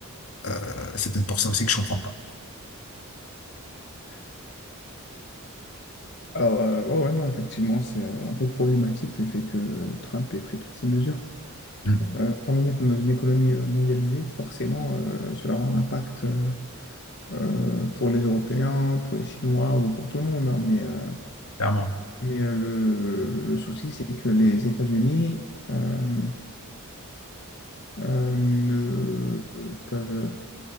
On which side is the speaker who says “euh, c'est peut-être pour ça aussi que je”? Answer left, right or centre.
Left